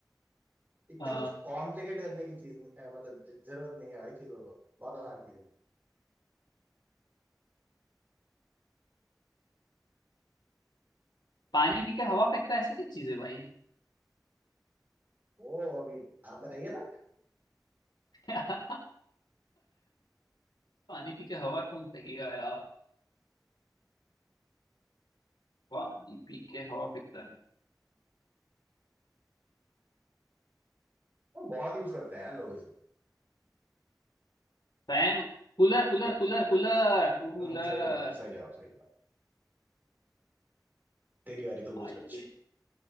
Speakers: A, on the right; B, on the left.
A: इतना
B: अ,
A: कुछ कॉम्प्लिकेट करने की चीज नहीं- अ, मतलब ज- जरूरत नहीं है भाई चीजों को बहुत आसान चीज है
B: पानी पी के हवा फेंकता है ऐसा क्या चीज है भाई
A: ओ अभी आप बताइए ना
B: <laughs> अ, पानी पी के हवा कौन फेंकेगा यार पानी पी के हवा फेंकता है।
A: वो बहुत यूज करते हैं यार लोग इसे
B: Fan Cooler cooler cooler cooler cooler
A: हम्म सही जवाब सही जवाब सही जवाब तेरी बारी तू पूछ
B: आइए
A: कुछ